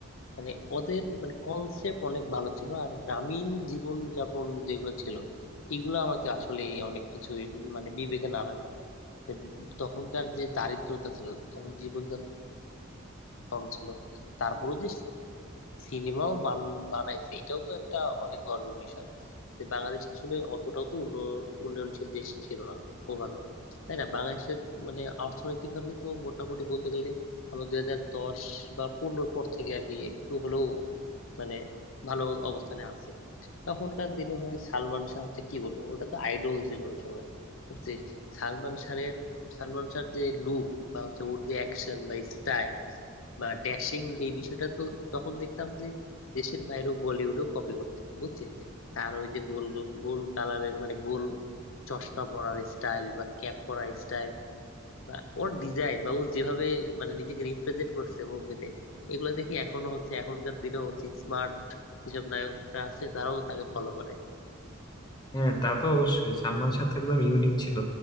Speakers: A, on the left; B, on the left.
A: মানে ওদের মানে কনসেপ্ট অনেক ভালো ছিল আর গ্রামীণ জীবন যাপন যেগুলো ছিল এগুলো আমাকে আসলে অনেক কিছু মানে বিবেকে নাড়া দিত তখনকার যে দারিদ্রতা ছিল যেমন জীবনযাপন কম ছিল তারপরেও যে সিনেমাও বান বানাইছে এটাও তো একটা অনেক গর্বের বিষয় যে বাংলাদেশ আসলে অতটাও তো উন্ন- উন্নয়নশীল দেশ ছিল না ওভাবে তাই না বাংলাদেশের মানে অর্থনৈতিক ভাবে তো মোটামুটি বলতে গেলে আমরা দুই হাজার দশ বা পনেরোর পর থেকে আর কি একটু হলেও মানে ভালো অবস্থানে আছে তখনকার দিনে ভাই সালমান শাহ হচ্ছে কি বলবো ওটা তো আইডল ছিল ওই সময় বুঝছিস সালমান শাহের সালমান শাহর যে লুক বা হচ্ছে ওর যে অ্যাকশন বা স্টাইল বা ড্যাশিং এই বিষয়টা তো তখন দেখতাম যে দেশের বাইরেও বলিউডও কপি করতো বুঝছিস তার ওই যে গোল গোল কালারের মানে গোল চশমা পরার স্টাইল বা ক্যাপ পরার স্টাইল বা ওর ডিজাইন বা ও যেভাবে মানে নিজেকে রিপ্রেজেন্ট করছে মুভিতে এগুলো দেখি এখনো হচ্ছে এখনকার দিনেও হচ্ছে স্মার্ট যেসব নায়করা আছে তারাও তাকে ফলো করে
B: হ্যাঁ তা তো অবশ্যই সালমান শাহ তো একদম ইউনিক ছিল